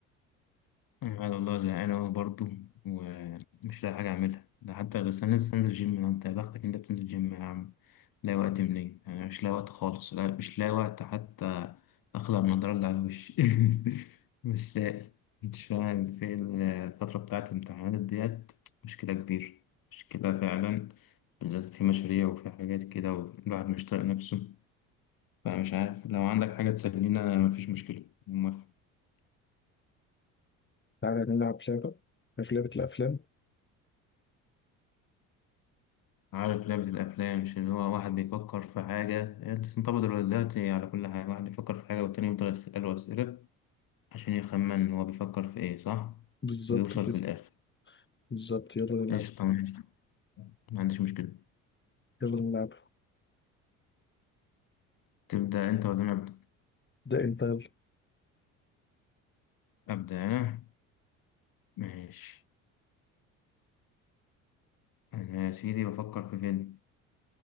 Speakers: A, on the left; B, on the left.
A: أنا والله زهقان أوي برضه ومش لاقي حاجة أعملها ده حتى بس أنا لسه هنزل جيم أنت يا بختك أنت بتنزل جيم يا عم لاقي وقت منين؟ أنا مش لاقي وقت خالص لا مش لاقي وقت حتى أخلع النضارة اللي على وشي <laughs> مش لاقي مش فاهم في الفترة بتاعت الامتحانات ديت مشكلة كبيرة مشكلة فعلا بالذات في مشاريع وفي حاجات كده والواحد مش طايق نفسه فمش عارف لو عندك حاجة تسلينا مفيش مشكلة موافق.
B: تعالى نلعب لعبة عارف لعبة الأفلام
A: عارف لعبة الأفلام مش اللي هو واحد بيفكر في حاجة هي بتنطبق دلوقتي على كل حاجة واحد بيفكر في حاجة والتاني يفضل يسأله أسئلة عشان يخمن هو بيفكر في إيه صح؟
B: بالظبط
A: ويوصل
B: كده
A: في الآخر
B: بالظبط يلا نلعب
A: قشطة ماشي ما عنديش مشكلة
B: يلا نلعب
A: تبدأ أنت ولا أنا أبدأ؟
B: ده أنت يلا
A: أبدأ أنا ماشي أنا يا سيدي بفكر في فيلم